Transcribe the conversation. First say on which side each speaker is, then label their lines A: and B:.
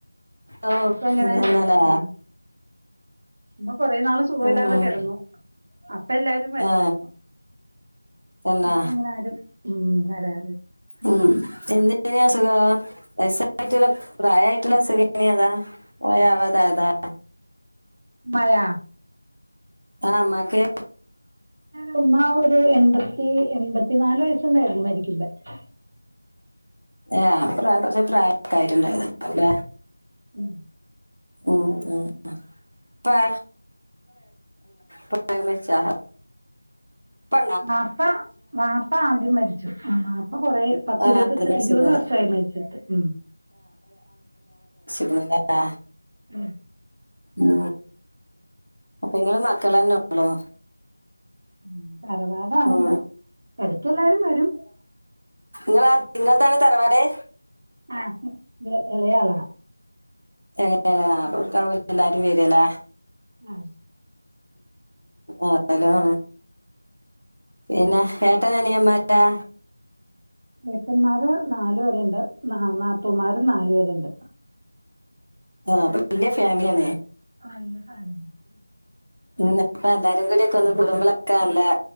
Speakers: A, on the right; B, on the right.
A: ഓ
B: ഇപ്പ എങ്ങനെ
A: തന്നല്ലേ
B: ആ ഇമ്മ കൊറെേ നാള് സുഖമല്ലാതെ
A: ഉം.
B: കെ ഇടന്നു ഇപ്പ എല്ലാരും വരുവായിരുന്നു
A: ആ തന്നെ
B: ഇപ്പ അങ്ങനെ ആരും ഉ വരാ
A: ഉം എന്തനെയ സുഖ രസായിട്ടുള്ള പ്രായമായിട്ടില്ല ശരിയന അതാ പോയവാതാ അതാ
B: മയാ
A: ആമാക്കെ
B: സിമ ഒരു എൺമ്പത്തി എൺമ്പത്തി നാല്ു വയസ്സുണ്ടായിരുന്നു മരിക്കുമ ഇ്പ
A: ഏ പ്രായ കുറച്ച പ്രായക്കണ്ടായി അല്ല
B: ഉം
A: ഉണ്ടാ പ്രമച്ചാ ഇപ്പൊ
B: മാപ്പ മാപ്പ ആദ്യം മരിച്ചു ആ മാപ്പ അപ്പൊ കൊറ പത്തിരുപത്
A: ആ അത് മരിച്ചിരിക്കുന്നത്
B: ഇരുപത് വർഷമായി മരിച്ചിട്ട് ഉ
A: പില്ല
B: ഉം
A: ഉ അപ്പ നിങ്ങള് മക്കൾ തന്നെള്ളോ
B: ഉം തറവാടാണ്
A: ഓ
B: ഇത് എടക്കെല്ലാരും വരും
A: ഗള നിങ്ങൾ താണ് തറവാടേ
B: ആഹ വിളയാള
A: അല്ല അപ്പക്കല എല്ല അാരും വരല്ല
B: ആഹ
A: ആലോ പിന്നെ ഏട്ടനനിയമാരാ
B: വട്ടന്മാര് നാലു പേരുണ്ട് ന നാത്തൂമാരും നാലു പേരുണ്ട്
A: ആഹ അപ്പൊ വല്യ ഫാമിലിയണ
B: ആല്ല സല
A: ഉ അപ്പൊ എല്ലാരും കൂടിൊക്കെ ഒന്ന് കുടുുംബളൊക്കെ അല്ല